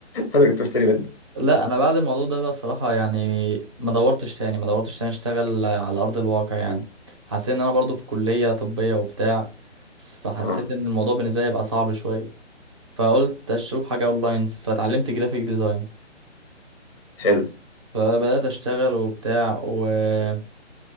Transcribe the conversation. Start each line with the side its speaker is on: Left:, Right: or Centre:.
Left: انا كنت بشتري
Right: لا انا بعد الموضوع ده بقى صراحة يعني ما دورتش تاني ما دورتش تاني اشتغل على ارض الواقع يعني
Left: منه
Right: حسيت ان انا برضو في كلية طبية وبتاع فحسيت
Left: اه
Right: ان الموضوع بالنسبة لي بقى صعب شوية فقلت اشوف حاجة اونلاين فتعلمت جرافيك ديزاين
Left: حلو
Right: فبدأت اشتغل وبتاع ومشيت